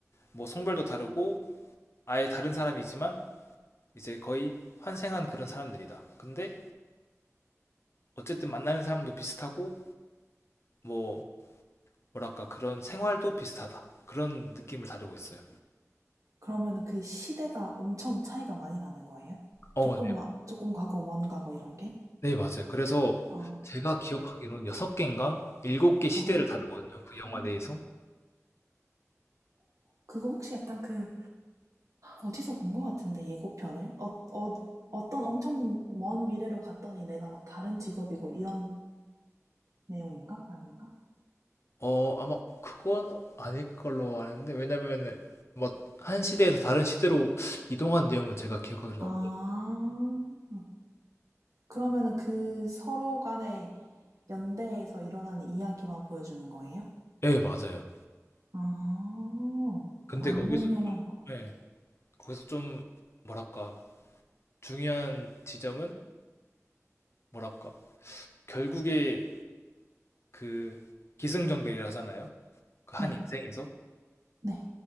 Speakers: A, on the left; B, on the right.
A: 뭐 성별도 다르고 아예 다른 사람이지만 이제 거의 환생한 그런 사람들이다. 근데 어쨌든 만나는 사람도 비슷하고 뭐 뭐랄까 그런 생활도 비슷하다. 그런 느낌을 다루고 있어요.
B: 그러면 그 시대가 엄청 차이가 많이 나는 거예요?
A: 어,
B: 조금,
A: 네.
B: 마, 조금 과거, 먼 과거 이런 게?
A: 네, 맞아요. 그래서
B: 아,
A: 제가 기억하기로는 6 개인가 7개 시대를
B: 아.
A: 다루거든요, 그 영화 내에서.
B: 그거 혹시 약간 그, 어디서 본 것 같은데, 예고편을? 어, 어, 어떤 엄청 먼 미래로 갔더니 내가 막 다른 직업이고 이런 내용인가? 아닌가?
A: 어 아마 그건 아닐 걸로 아는데 왜냐면은 뭐 한 시대에서 다른 시대로 이동한 내용은 제가 기억하기로는
B: 아.
A: 없
B: 그러면은 그 서로 간의 연대에서 일어나는 이야기만 보여주는 거예요?
A: 예, 맞아요.
B: 아,
A: 근데
B: 안
A: 거기서
B: 본 영화인 것 같아요.
A: 예. 거기서 좀 뭐랄까 중요한 지점은 뭐랄까 결국에 그 기승전결이라 하잖아요. 그
B: 네,
A: 한 인생에서
B: 네.